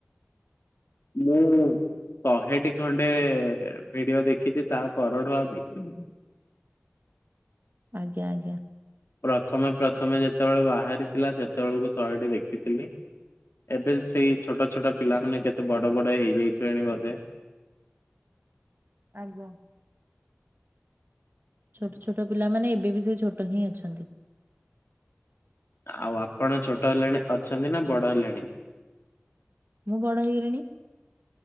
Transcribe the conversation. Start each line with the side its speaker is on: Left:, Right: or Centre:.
Left: ମୁଁ ଶହେଟି ଖଣ୍ଡେ ଭିଡିଓ ଦେଖିଛି ତା ପରଠୁ ଆଉ ଦେଖିନି।
Right: ଆଜ୍ଞା, ଆଜ୍ଞା।
Left: ପ୍ରଥମେ ପ୍ରଥମେ ଯେତେବେଳେ ବାହାରିଥିଲା ସେତେବେଳକୁ ଶହେଟି ଦେଖିଥିଲି। ଏବେ ସେଇ ଛୋଟ ଛୋଟ ପିଲାମାନେ କେତେ ବଡ ବଡ ହେଇଯାଇଥିବେଣି ବୋଧେ।
Right: ଆଗ ଛୋଟ ଛୋଟ ପିଲାମାନେ ଏବେ ବି ସେଇ ଛୋଟ ହିଁ ଅଛନ୍ତି।
Left: ଆଉ ଆପଣ ଛୋଟ ହେଲେଣି ଅଛନ୍ତି ନା ବଡ ହେଲେଣି?
Right: ମୁଁ ବଡ଼ ହେଇଗଲିଣି।